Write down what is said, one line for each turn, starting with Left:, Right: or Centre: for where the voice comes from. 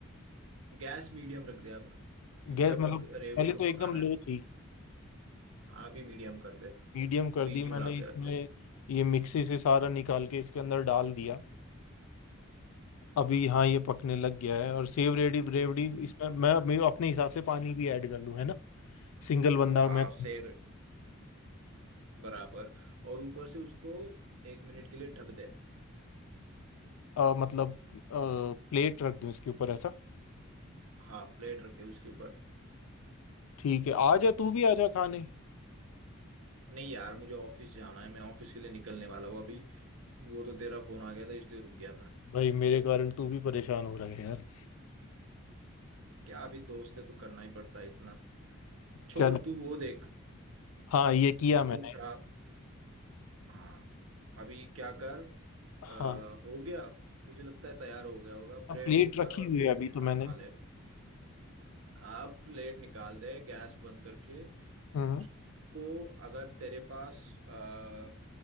Right: गैस मीडियम रख दे अब क्योंकि
Left: गैस
Right: अब
Left: मतलब
Right: रेवड़ी
Left: पहले
Right: को
Left: तो एकदम
Right: पकाना
Left: लो
Right: है
Left: थी
Right: हाँ भी मीडियम कर दे
Left: मीडियम कर
Right: बीच
Left: दी मैंने
Right: में लाके
Left: इसमें
Right: रख दे
Left: ये मिक्सी से सारा निकाल के इसके अंदर डाल दिया अभी हाँ ये पकने लग गया है और सेव रेडी रेवड़ी
Right: हम्म।
Left: इसमें मैं मैं अपने हिसाब से पानी भी ऐड कर लूँ है ना सिंगल बंदा
Right: हाँ
Left: मैं
Right: सेव बराबर और ऊपर से उसको एक मिनट के लिए ढक दे
Left: अ, मतलब प्लेट रख दूँ इसके ऊपर ऐसा
Right: हाँ प्लेट रख दे उसके ऊपर
Left: ठीक है आ जा तू भी आ जा खाने
Right: नहीं यार मुझे ऑफिस जाना है मैं ऑफिस के लिए निकलने वाला हूँ अभी वो तो तेरा फोन आ गया था इसलिए रुक गया मैं
Left: भाई मेरे कारण तू भी परेशान हो रहा है यार
Right: क्या अभी दोस्त है तो करना ही पड़ता है इतना छोड़
Left: चल
Right: तू वो देख
Left: हाँ ये किया
Right: नहीं
Left: मैंने
Right: तो वो खराब हाँ अभी क्या कर
Left: हाँ
Right: आ, हो गया मुझे लगता है तैयार हो गया होगा ब्रेड
Left: हाँ, प्लेट
Right: निकाल
Left: रखी
Right: और
Left: हुई
Right: ब्रेड
Left: है अभी
Right: के साथ
Left: तो मैंने
Right: खा ले आप प्लेट निकाल दे गैस बंद करके
Left: हम्म
Right: उसको अगर तेरे पास आ,